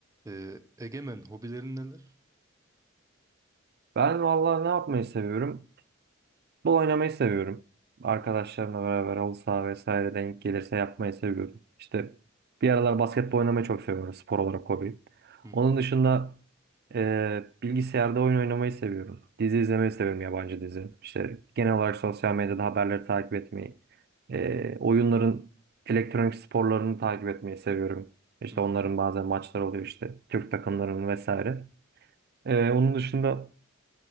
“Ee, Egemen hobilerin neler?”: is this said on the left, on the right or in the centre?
Right